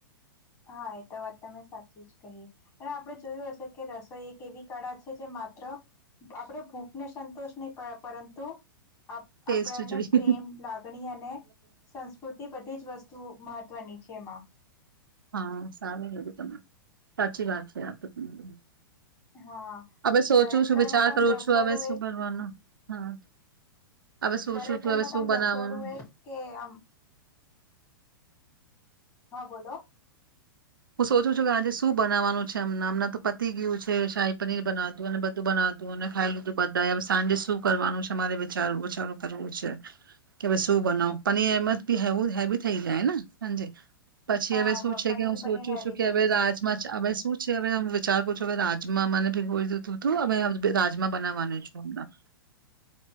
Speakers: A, on the left; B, on the right.
A: હા એ તો વાત તમે સાચી જ કહી અને આપણે જોયું હશે કે રસોઈ એક એવી કળા છે જે માત્ર આપણે ભૂખને સંતોષ નહી પડે પરંતુ આપ-આપણને
B: ટેસ્ટ જોઈએ.
A: પ્રેમ લાગણી અને સંસ્કૃતિ બધ તેજ વસ્તુ મહત્વની છે એમાં.
B: હા શામિલ હોલી તમે, સાચી વાત છે તો તમારી.
A: હા,
B: હવે સોચું
A: દરેક
B: છું
A: ઘરમાં
B: વિચાર
A: તો આમ
B: કરું
A: રસોડું
B: છું હવે શું
A: એક
B: કરવાનું હા. હવે સોચું
A: દરેક
B: છું
A: ઘરમાં
B: હવે
A: તો
B: શું
A: આમ
B: બનાવવાનું.
A: રસોડું એ કે આમ હા બોલો.
B: હું સોચું છું કે આજે શું બનાવવાનું છે અમના, અમના તો પતી ગયું છે. શાહી પનીર બનાવતું અને બધું બનાવતું અને ખાઈ લીધું બધા એ. હવે સાંજે શું કરવાનું છે મારે વિચારવું વિચારું કરવું છે. કે હવે શું બનાવું. પનીર એમ જ બી હેવું હેવી થઈ જાય ને હાંજે. પછી
A: હા
B: હવે શું છે
A: પનીર
B: કે હું શું
A: પનીર
B: શું
A: હેવી
B: શું કે
A: થઈ
B: હવે
A: જશે
B: રાજમાં ચાવલ શું છે હવે આમ વિચારવું છું હવે રાજમા મને ભિગોયુ તું તું હવે રાજમા બનાવવાનું છે હમના.